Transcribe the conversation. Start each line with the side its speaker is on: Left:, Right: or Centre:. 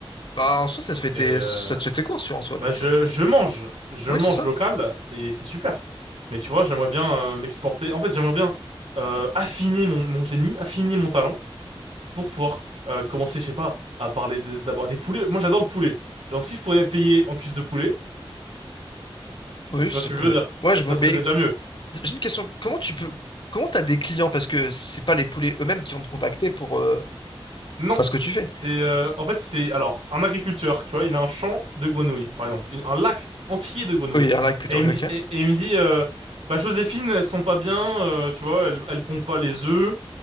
Left: Bah en soi, ça te fait tes
Right: Et euh,
Left: ça te fait tes courses, tu vois, en soi,
Right: bah,
Left: donc
Right: je,
Left: euh,
Right: je mange, je
Left: Oui,
Right: mange
Left: c'est ça.
Right: local et c'est super. Mais tu vois, j'aimerais bien euh, m'exporter. En fait, j'aimerais bien euh, affiner mon, mon génie, affiner mon talent pour pouvoir euh, commencer, je sais pas, à parler de- d'abord des poulets. Moi, j'adore le poulet. Donc, si je pourrais être payé en cuisse de poulet,
Left: Oui,
Right: tu
Left: c'est
Right: vois ce que
Left: pas...
Right: je veux dire?
Left: Ouais, je
Right: Ça
Left: vois.
Right: serait
Left: Mais
Right: déjà mieux.
Left: j'ai une question. Comment tu peux comment t'as des clients? Parce que c'est pas les poulets eux-mêmes qui vont te contacter pour euh,
Right: Non.
Left: faire ce que tu fais.
Right: C'est euh, en fait c'est alors un agriculteur, tu vois, il a un champ de grenouilles, par exemple, une- un lac entier de grenouilles.
Left: Oui, un like plutôt,
Right: Et il
Left: oui,
Right: me dit,
Left: ok.
Right: et- et il me dit euh, bah Joséphine, elles sont pas bien, euh, tu vois, elles, elles pondent pas les œufs.